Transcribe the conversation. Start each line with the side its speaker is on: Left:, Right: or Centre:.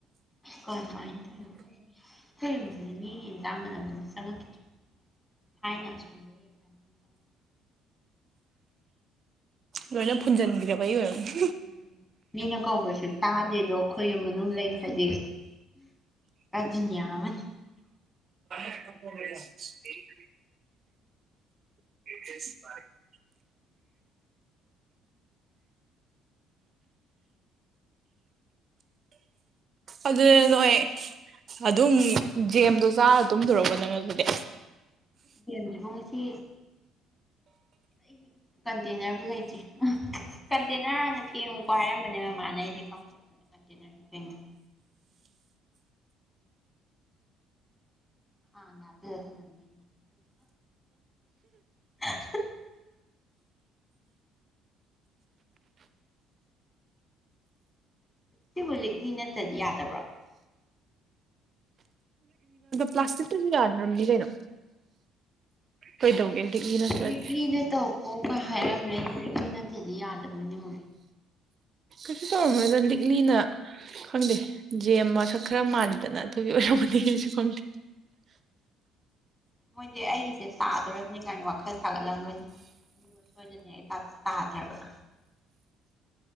Left: ꯀꯔꯝꯃꯥꯏꯅ ꯇꯧꯔꯤꯅꯣ ꯑꯩꯈꯣꯏ ꯌꯨꯝꯗꯗꯤ ꯃꯤꯒꯤ ꯌꯦꯟꯖꯥꯡ ꯃꯅꯝꯒ ꯟꯝꯇ ꯆꯪꯉꯛꯈꯤꯗ꯭ꯔꯦ ꯊꯥꯏꯅ ꯑꯁꯣꯝꯗ <inaudible>
Right: ꯂꯣꯏꯅ ꯐꯨꯟꯖꯟꯕꯤꯔꯕꯩ ꯑꯣꯏꯔꯝꯅꯤ
Left: ꯎꯝ ꯃꯤꯅ ꯀꯧꯕꯁꯨ ꯇꯥꯗꯦꯗꯣ ꯑꯩꯈꯣꯏ ꯌꯨꯝ ꯃꯥꯅꯨꯡ ꯂꯩꯈ꯭ꯔꯗꯤ ꯗꯨꯅꯤꯌꯥ ꯑꯃꯥꯅꯤ
Right: <unintelligible> <inaudible> ꯑꯗꯨꯗ ꯅꯣꯏ ꯑꯗꯨꯝ ꯖꯦꯝꯗꯣ ꯆꯥꯔ ꯇꯨꯝꯗꯣꯔꯕꯣ ꯅꯪ ꯑꯗꯨꯗꯤ
Left: ꯌꯦꯟꯗ꯭ꯔꯤꯕꯨ ꯉꯁꯤ ꯑꯩ ꯀꯟꯇꯦꯟꯅ꯭ꯔꯕꯨ ꯂꯩꯇ꯭ꯔꯤ ꯑꯥ ꯀꯟꯇꯦꯟꯅ꯭ꯔ ꯍꯥꯟꯅ ꯐꯦꯡꯉꯨꯀꯣ ꯍꯥꯏꯔꯝꯕꯅꯦ ꯃꯃꯥꯅ ꯑꯩꯗꯤ ꯀꯥꯎꯊꯣꯛꯇꯅ ꯀꯟꯇꯦꯅꯔꯁꯨ ꯐꯦꯡꯗ꯭ꯔꯤ ꯈꯥꯡꯗ ꯍꯥꯞꯆꯜꯂ ꯊꯥꯅꯝꯃꯦ ꯍ ꯁꯤꯕꯨ ꯂꯤꯛꯅꯤ ꯅꯠꯇ꯭ꯔꯗꯤ ꯌꯥꯗꯕ꯭ꯔꯣ
Right: ꯄ꯭ꯂꯥꯁꯇꯤꯛꯇꯤꯗ ꯌꯥꯗ꯭ꯔꯝꯅꯤ ꯀꯩꯅꯣ ꯀꯩꯗꯧꯒꯦ ꯂꯤꯛꯂꯤ ꯅꯠꯇ꯭ꯔꯗꯤ
Left: ꯂꯤꯛꯂꯤꯅ ꯇꯧ ꯑꯣ ꯀ ꯍꯥꯏꯔꯝꯃꯦ ꯑꯩꯗꯤ ꯂꯤꯛꯂꯤ ꯅꯠꯇ꯭ꯔꯗꯤ ꯌꯥꯗꯕꯣꯏ ꯅꯤꯡꯉꯨꯔꯦ
Right: ꯀꯩꯁꯨ ꯇꯧꯔꯝꯃꯣꯏꯗ ꯂꯤꯛꯂꯤꯅ ꯈꯪꯗꯦ ꯖꯦꯝ ꯃꯁꯛ ꯈꯔ ꯃꯥꯜꯂꯤ ꯑꯗꯨꯒꯤ ꯑꯣꯏꯔꯝꯃꯗꯤ ꯑꯩꯁꯨ ꯈꯪꯗꯦ
Left: ꯃꯣꯏꯗꯤ ꯑꯩꯒꯤꯁꯦ ꯇꯥꯗꯣꯔꯕꯅꯤ ꯀꯥꯏꯅ ꯋꯥꯈꯜ ꯁꯥꯒꯠꯂꯝꯒꯅꯤ ꯁꯣꯢꯗꯅꯥ ꯍꯦꯛ ꯇꯥꯗꯧꯗꯣ ꯇꯥꯗꯔꯥꯕ